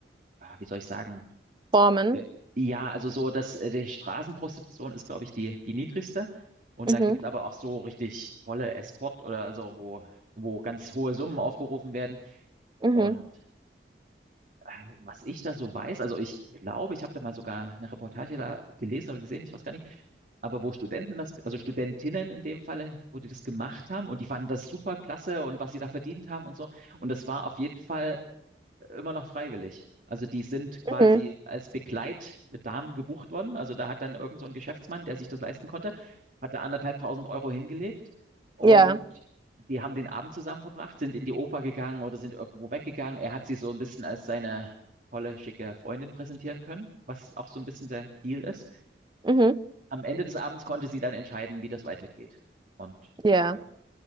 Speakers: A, on the right; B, on the right.
A: ah, wie soll ich sagen,
B: Formen.
A: Äh, Ja, also so, dass äh, die Straßenprostitution ist, glaube ich, die, die niedrigste. Und
B: Mhm,
A: dann gibt's aber auch so richtig tolle Escort oder also wo, wo ganz hohe Summen aufgerufen werden.
B: mhm,
A: Und äh, was ich da so weiß, also ich glaube, ich habe da mal sogar eine Reportage da gelesen oder gesehen, ich weiß gar nicht, aber wo Studenten das, also Studentinnen in dem Falle, wo die das gemacht haben und die fanden das super klasse und was sie da verdient haben und so. Und das war auf jeden Fall immer noch freiwillig. Also die sind quasi
B: mhm.
A: als Begleitdamen gebucht worden. Also da hat dann irgend so ein Geschäftsmann, der sich das leisten konnte, hat da anderthalbtausend Euro hingelegt und
B: Ja,
A: die haben den Abend zusammen verbracht, sind in die Oper gegangen oder sind irgendwo weggegangen. Er hat sie so ein bisschen als seine tolle, schicke Freundin präsentieren können, was auch so ein bisschen der Deal ist.
B: mhm,
A: Am Ende des Abends konnte sie dann entscheiden, wie das weitergeht. Und
B: ja.
A: ja,